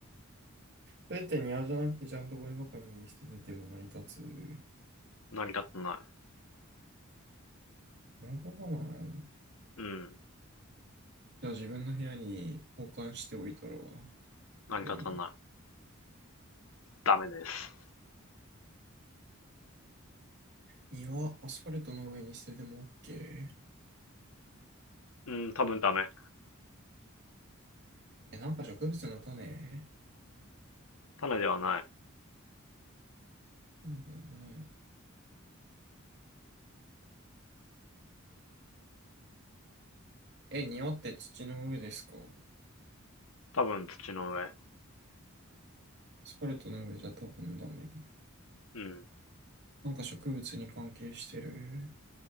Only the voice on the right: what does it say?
それって庭じゃなくてちゃんとゴミ箱に捨ててても成り立つ。
成り立たない。
じゃあ自分の部屋に保管しておいたら、
ゴミを。
庭、アスファルトの上に捨てても OK。
え、なんか植物の種
種じゃない。え、庭って土の上ですかア
スファルトの上じゃ多分ダメ。
なんか植物に関係してる。